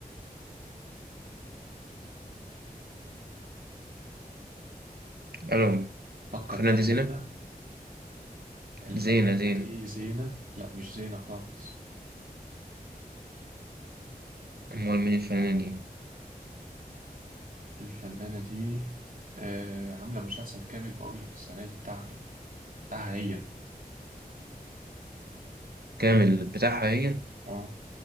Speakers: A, on the right (about 80°); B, on the right (about 60°).
A: ألو
B: فكر
A: الفنانة
B: تاني
A: دي زينة
B: كده الفنانة
A: زينة زينة
B: دي زينة لا مش زينة خالص
A: أمال مين الفنانة دي
B: الفنانة دي آه عاملة مسلسل كامل بقول لك السنة دي بتاعها بتاعها هي
A: كامل بتاعها هي
B: اه